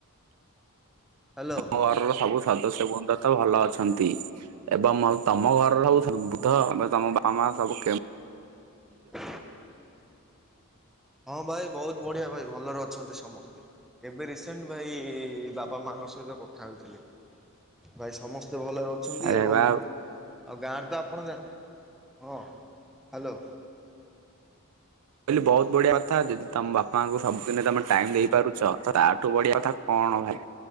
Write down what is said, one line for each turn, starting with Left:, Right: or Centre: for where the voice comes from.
Centre: ହ୍ୟାଲୋ,
Right: ଆମ ଘରର ସବୁ ସଦସ୍ୟବନ୍ଦ ତ ଭଲ ଅଛନ୍ତି। ଏବଂ ଆଉ ତମ ଘର <inaudible> ତମ ବାପ ମା ସବୁ କେ
Centre: ଜୁ ହଁ ଭାଇ ବହୁତ ବଢ଼ିଆ ଭାଇ ଭଲରେ ଅଛନ୍ତି ସମସ୍ତେ। ଏବେ ରିସେଣ୍ଟ ଭାଇ-ଇ-ଇ-ଇ ବାପା ମାଙ୍କ ସହିତ କଥା ହେଉଥିଲି। ଭାଇ ସମସ୍ତେ ଭଲ ରହୁ ଅଛନ୍ତି
Right: ଆରେ
Centre: ଏବଂ
Right: ବା
Centre: ଆଉ ଗାଁର ତ ଆପଣ ଯା ହଁ, ହ୍ୟାଲୋ
Right: କହିଲି ବହୁତ ବଢିଆ କଥା। ଯଦି ତମ ବାପାଙ୍କୁ ସବୁଦିନେ ତମେ ଟାଇମ୍ ଦେଇପାରୁଛ ତ ତାଠୁ ବଢିଆ କଥା କଣ ଭାଇ।